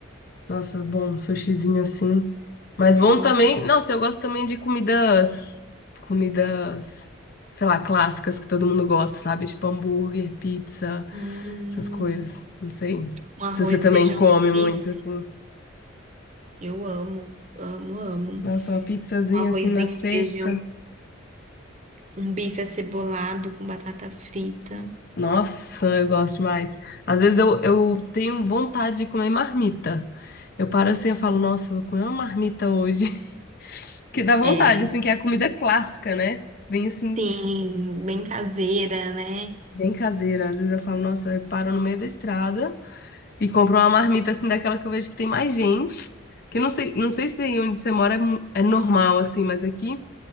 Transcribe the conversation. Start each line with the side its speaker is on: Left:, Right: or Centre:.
Left: Nossa, bom, um sushizinho assim. Mas
Right: Nossa,
Left: bom também. Nossa, eu gosto também de comidas. Comidas, sei lá, clássicas que todo mundo gosta, sabe? Tipo hambúrguer, pizza,
Right: hum,
Left: essas coisas. Não sei.
Right: um arroz,
Left: Se você também
Right: feijão,
Left: come
Right: bife.
Left: muito, assim.
Right: Eu amo, amo, amo.
Left: Nossa, uma pizzazinha
Right: Um arrozinho,
Left: assim na sexta.
Right: feijão, um bife acebolado com batata frita.
Left: Nossa, eu gosto demais. Às vezes eu, eu tenho vontade de comer marmita. Eu paro assim e falo, nossa, eu vou comer uma marmita hoje. <laughs> Que dá vontade,
Right: É,
Left: assim, que é a comida clássica, né? Vem assim
Right: sim, bem caseira, né?
Left: Bem caseira. Às vezes eu falo, nossa, eu paro no meio da estrada e compro uma marmita assim daquela que eu vejo que tem mais gente. Que não sei, não sei se aí onde você mora é, mu- é normal, assim, mas aqui